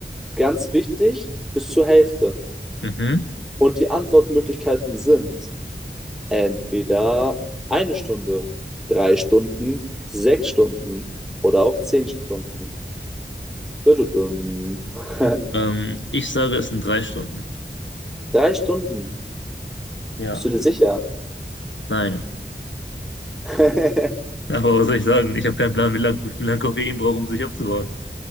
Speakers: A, in the centre; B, on the left (about 85°).
A: Ganz wichtig, bis zur Hälfte.
B: Mhm.
A: Und die Antwortmöglichkeiten sind entweder eine Stunde, drei Stunden, sechs Stunden oder auch zehn Stunden. Dududum. <laughs>
B: Ähm, ich sage, es sind drei Stunden.
A: Drei Stunden,
B: Ja,
A: bist du dir sicher?
B: nein.
A: <laughs>
B: <laughs> Aber was soll ich sagen? Ich habe keinen Plan, wie lang, wie viel lang Koffein braucht, um sich abzubauen.